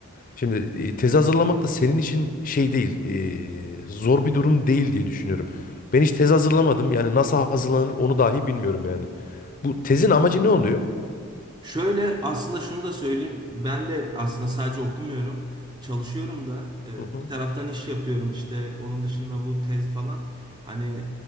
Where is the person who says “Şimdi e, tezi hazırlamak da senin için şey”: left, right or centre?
Left